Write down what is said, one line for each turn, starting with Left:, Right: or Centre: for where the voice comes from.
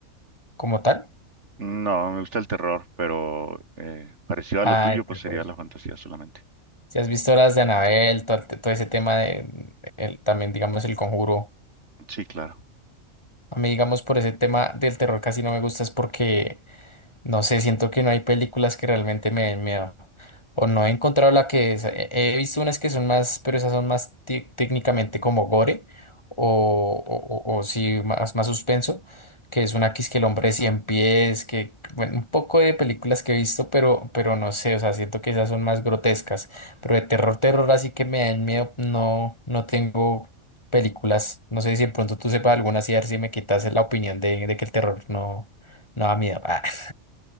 Left: como tal.
Right: No, me gusta el terror, pero eh, parecido
Left: Ah,
Right: a lo tuyo,
Left: de
Right: pues
Left: terror.
Right: sería la fantasía solamente.
Left: Si has visto las de Annabelle, todo, todo ese tema de el- también digamos el conjuro.
Right: Sí, claro.
Left: A mí digamos por ese tema del terror casi no me gusta es porque No sé, siento que no hay películas que realmente me den miedo. O no he encontrado la que es. He he visto unas que son más, pero esas son más tec- técnicamente como gore. O, o, o- o sí, más, más suspenso. Que es una que es que el hombre de 100 pies. Que, bueno, un poco de películas que he visto, pero, pero no sé. O sea, siento que esas son más grotescas. Pero de terror, terror, así que me dan miedo. No, no tengo películas. No sé si de pronto tú sepas alguna, así a ver si me quitas la opinión de, de que el terror no, no da miedo. <laughs>